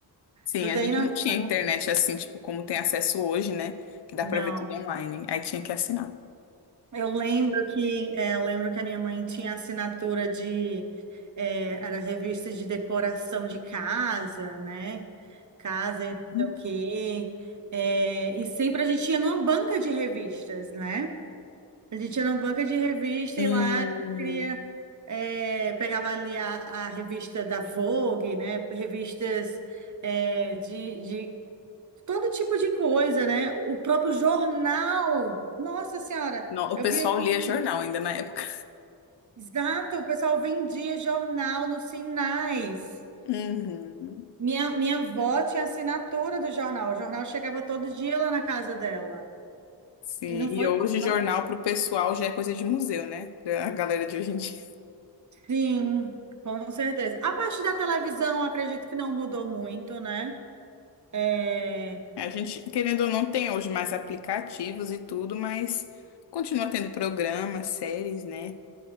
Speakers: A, on the left; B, on the right.
A: Sim,
B: Tu
A: a
B: tem
A: gente
B: noção?
A: não tinha internet assim, tipo, como tem acesso hoje, né? Que dá
B: Não.
A: pra ver tudo online. Aí tinha que assinar.
B: Eu lembro que, é, eu lembro que a minha mãe tinha assinatura de, é, era revista de decoração de casa, né? Casa e não
A: Uhum.
B: sei o quê. É, e sempre a gente ia numa banca de revistas, né? A gente ia numa banca de revista
A: Sim.
B: e lá a gente queria, é, pegava ali a, a revista da Vogue, né? Revistas, é, de, de todo tipo de coisa, né? O próprio jornal. Nossa Senhora!
A: Não, o
B: Eu
A: pessoal
B: via gente.
A: lia jornal ainda na época.
B: Exato, o pessoal vendia jornal nos sinais.
A: Uhum.
B: Minha, minha avó tinha assinatura do jornal. O jornal chegava todo dia lá na casa dela.
A: Sim, e
B: E não foi,
A: hoje
B: não?
A: jornal para o pessoal já é coisa de museu, né? Pra A galera de hoje em dia. <laughs>
B: Sim, com certeza. A parte da televisão, acredito que não mudou muito, né? É,
A: A gente, querendo ou não, tem hoje mais aplicativos e tudo, mas continua tendo programas, séries, né?